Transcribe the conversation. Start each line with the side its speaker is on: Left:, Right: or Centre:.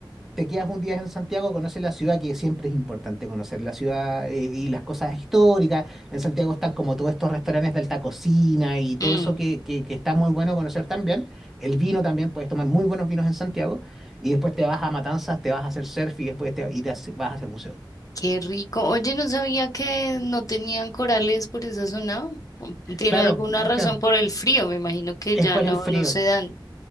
Centre: te quedas un día en Santiago, conoces la ciudad, que siempre es importante conocer la ciudad eh, y las cosas históricas. En Santiago están como todos estos restaurantes de alta cocina y todo
Left: mm.
Centre: eso que, que, que está muy bueno conocer también. El vino también, puedes tomar muy buenos vinos en Santiago. Y después te vas a Matanzas, te vas a hacer surf y después te, y te hace- vas a hacer buceo.
Left: Qué rico. Oye, no sabía que no tenían corales por esa zona. Pum, Tiene
Centre: Claro,
Left: alguna
Centre: no,
Left: razón
Centre: claro.
Left: por el frío, me imagino que
Centre: Es
Left: ya
Centre: por
Left: no,
Centre: el frío.
Left: no se dan.